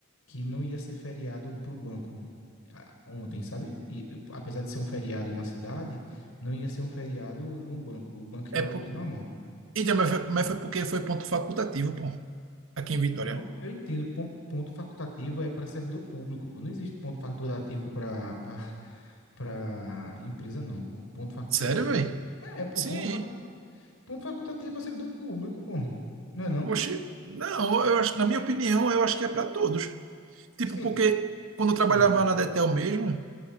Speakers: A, on the left; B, on the right.
A: que não ia ser feriado para o banco ah, ontem, sabe? E apesar de ser um feriado na cidade, não ia ser um feriado no banco. O banco
B: É
A: ia abrir
B: por...
A: normal.
B: Então, mas foi, mas foi porque foi ponto facultativo, pô. Aqui em Vitória.
A: Não, eu entendo. Ponto, ponto facultativo é para servidor público, pô. Não existe ponto facultativo para para empresa, não, pô. Ponto facultativo.
B: Sério, velho?
A: É, pô,
B: Sim.
A: ponto facu... Ponto facultativo é para servidor público, pô. Não é não?
B: Oxi. Não, eu acho, na minha opinião, eu acho que é para todos. Tipo,
A: Sim.
B: porque quando eu trabalhava
A: Hum.
B: na Detel mesmo,